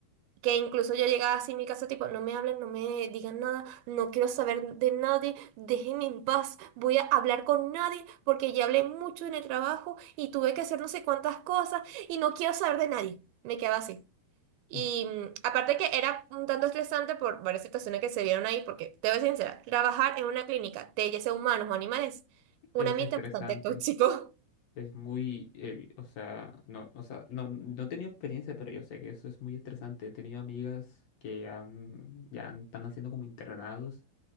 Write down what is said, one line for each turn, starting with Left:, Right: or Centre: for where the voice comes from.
Right: Que incluso yo llegaba así en mi casa, tipo, no me hablen, no me digan nada, no quiero saber de nadie, déjenme en paz, voy a hablar con nadie porque ya hablé mucho en el trabajo y tuve que hacer no sé cuántas cosas y no quiero saber de nadie. Me quedaba así. Y
Left: <laughs>
Right: mm, aparte que era un tanto estresante por varias situaciones que se vieron ahí, porque te voy a ser sincera, trabajar en una clínica de ya sea humanos o animales, un
Left: es
Right: ambiente
Left: estresante.
Right: bastante tóxico.
Left: Es muy, eh, o sea, no, o sea, no, no he tenido experiencia, pero yo sé que eso es muy estresante. He tenido amigas que han, ya han- están haciendo como internados